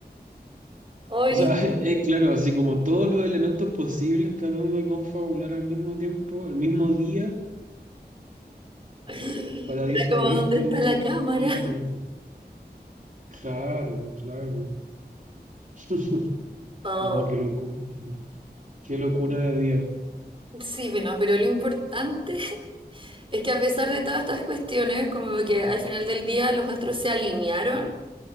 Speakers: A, on the right; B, on the right.
A: Hoy
B: O
A: ni...
B: sea, <laughs> es claro, así como todos los elementos posibles tratando de confabular al mismo tiempo, al mismo día,
A: Era
B: para disuadir
A: como, ¿dónde
B: tu,
A: está la cámara?
B: tu intento. Claro, claro. <laughs>
A: Oh,
B: No, qué locura. ¿no? Qué locura de día.
A: sí, bueno, pero lo importante... Es que a pesar de todas estas cuestiones, como que al final del día los astros se alinearon